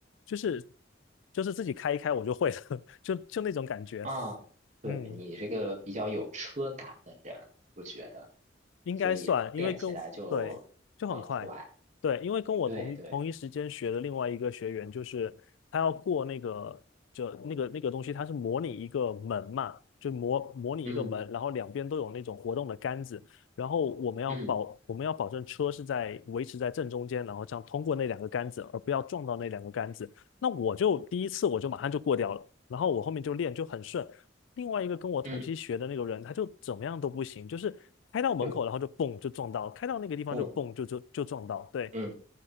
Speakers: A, on the left (about 75°); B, on the right (about 40°).
A: 就是就是自己开一开我就会了，<laughs> 就就那种感觉。
B: 啊，对，
A: 嗯，
B: 你这个比较有车感的人，我觉得，
A: 应该算，
B: 所以练起来就很快。
A: 因为跟对就很快，对，因为跟我同一同一时间学的另外一个学员，
B: 对对，
A: 就是他要过那个就那个那个东西，它是模拟一个门嘛，就模模拟一个门，
B: 嗯
A: 然后两边都有那种活动的杆子，然后我们要保我们要保证车是在维持在正中间，
B: 嗯
A: 然后这样通过那两个杆子，而不要撞到那两个杆子。那我就第一次我就马上就过掉了，然后我后面就练就很顺，另外一个跟我同期学的那个人，
B: 嗯，
A: 他就怎么样都不行，就是开到门口，
B: 对，
A: 然后就蹦就撞到，开到那个地方就蹦就就就撞到，
B: 不，
A: 对，
B: 嗯